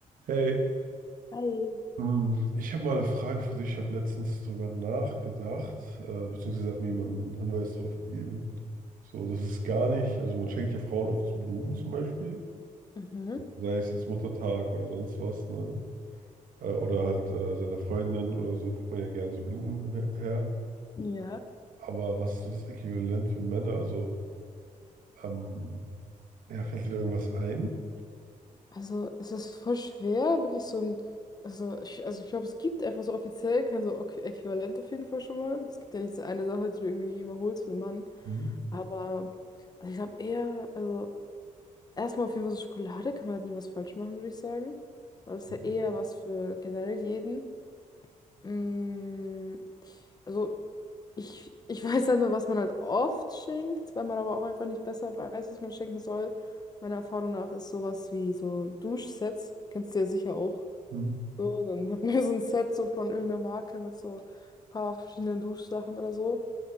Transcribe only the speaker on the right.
Hey,
hm, ich habe mal eine Frage für dich. Ich habe letztens drüber nachgedacht, äh, beziehungsweise hat mir jemand einen Hinweis drauf gegeben. So, das ist gar nicht, also man schenkt ja Frauen oft so Blumen zum Beispiel,
sei es jetzt Muttertag oder sonst was, ne? Äh, oder halt äh, seiner Freundin oder so, bringt man ja gerne so Blumen her. her.
Aber was ist so das Äquivalent für Männer? Also, ähm, ja, fällt dir da irgendwas ein?
Hm,
hm,
hm,